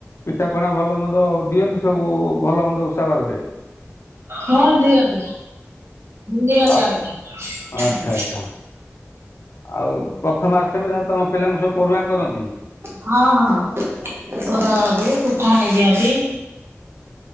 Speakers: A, on the left; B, on the right.
A: ପିଠାପଣା ଭଲ ମନ୍ଦ ଦିଅନ୍ତି ସବୁ ଭଲ ମନ୍ଦ ଓଷାବାରରେ?
B: ହଁ ଦିଅନ୍ତି। ଦିଅନ୍ତି
A: ଆ-
B: ଆଣିକି।
A: ଆଚ୍ଛା ଆଚ୍ଛା ଆଉ ପ୍ରଥମା ଆଷ୍ଟମୀରେ ତମ ପିଲାଙ୍କୁ ସବୁ ପୋରୁହାଁ କରନ୍ତି?
B: ହଁ ହଁ। ପୋରୁହାଁ କରନ୍ତି। ପିଠା ଆଣି ଦିଅନ୍ତି।